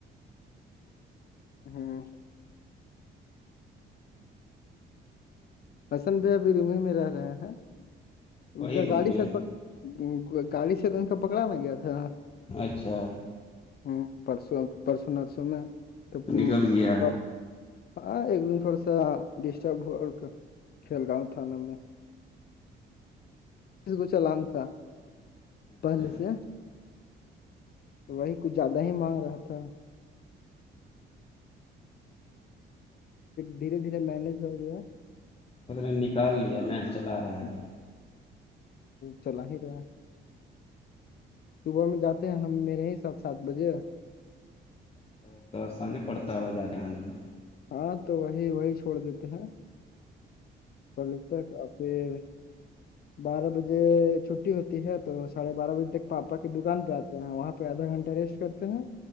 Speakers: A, on the left; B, on the left.
A: ہ <unintelligible> بسن بھی ابھی ر ہی میں رہ رہے ہیں انک
B: وہی روم
A: گاڑی
B: میں
A: سر پک گاڑی سے تو ان کا پکڑاانا گیا تھا
B: اچھا
A: ہوں پرسوں پرسوں نرسوں میں تو
B: نکل گیا
A: پر ہاں ایک دن تھوڑا سا ڈسٹرب ہوا اور کھیل گاؤں تھانے میں س کو چلان تھا
B: اچھا
A: پہلے سے
B: ہاں
A: وہی کچھ زیادہ ہی مانگ رہا تھا دھیرے دھیرے مینج ہو گیا
B: اد نے نکال لیا ن چلا رہا
A: ہوں،
B: ہے ابھی
A: چلا ہییروا صبح میں جاتے ہیں ہم میرے ہی سات سات بجے
B: اچھا تو آسانی پڑتا ہے ہو جانے آنے میں
A: ہاں تو وہی وہی چھوڑ دیتے ہیں کل تک آ پھر
B: اچا
A: بارہ بجے چھٹی ہوتی ہے تو سڑھے بارہ بجے تک پاپا کی دکان پہ آتے ہیں وہاں پہ آدھا گھنٹہ ریسٹ کرتے ہیں